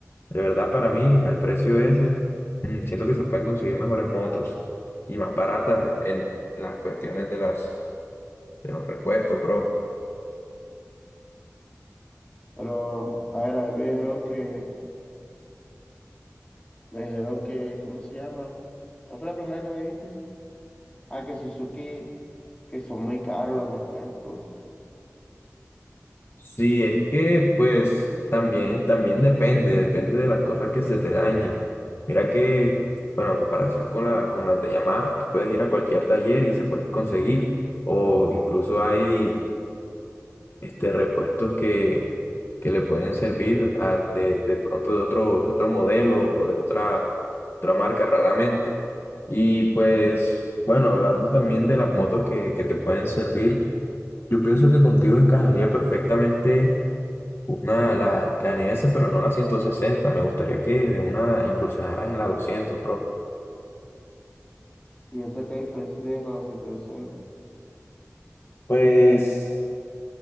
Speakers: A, on the left; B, on the left.
A: de verdad para mí, al precio ese, mm, siento que se pueden conseguir mejores motos y más baratas en, en las cuestiones de, las, de los repuestos, bro.
B: Pero, a ver, a mí me dijeron que, me dijeron que, ¿cómo se llama? ¿No fue la primera que me dijiste? Ah, que Suzuki, que son muy caros los repuestos.
A: Sí, es que pues también, también depende, depende de las cosas que se te dañen. Mira que, bueno, en comparación con la, con las de Yamaha, tú puedes ir a cualquier taller y se pueden conseguir. O incluso hay este, repuestos que, que le pueden servir a- de, de pronto de otro, de otro modelo o de otra, otra marca raramente. Y pues, bueno, hablando también de las motos que, que te pueden servir, yo pienso que contigo encajaría perfectamente una, la, la NS, pero no la 160. Me gustaría que de una incursionaras en la 200, pro.
B: Y eso qué diferencia tiene con la 160.
A: Pues,